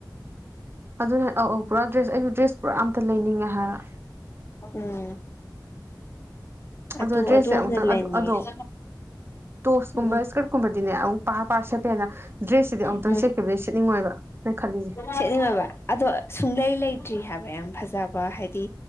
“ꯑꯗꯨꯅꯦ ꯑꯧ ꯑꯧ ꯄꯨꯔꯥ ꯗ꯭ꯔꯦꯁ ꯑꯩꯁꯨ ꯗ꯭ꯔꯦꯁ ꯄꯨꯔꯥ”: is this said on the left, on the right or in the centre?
Right